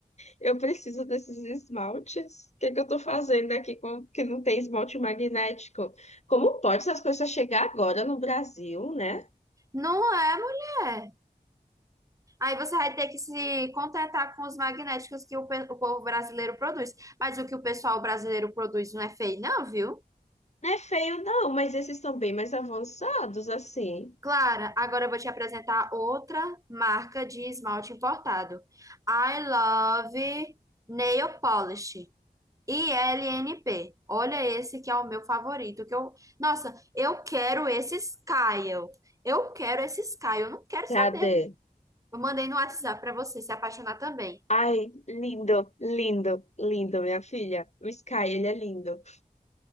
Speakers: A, on the left (about 45°); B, on the right (about 20°).
A: Eu preciso desses esmaltes. O que que eu tô fazendo aqui com que não tem esmalte magnético? Como pode essas coisas chegar agora no Brasil, né?
B: Não é, mulher. Aí você vai ter que se contentar com os magnéticos que o, pe- o povo brasileiro produz. Mas o que o pessoal brasileiro produz não é feio, não, viu?
A: Não é feio, não, mas esses estão bem mais avançados, assim.
B: Clara, agora eu vou te apresentar outra marca de esmalte importado. I Love Nail Polish. ILNP. Olha esse que é o meu favorito, que eu, nossa, eu quero esse Skyle. Eu quero esse Skyle, eu não quero
A: Cadê?
B: saber. Eu mandei no WhatsApp pra você se apaixonar também.
A: Ai, lindo, lindo, lindo, minha filha. O Sky, ele é lindo.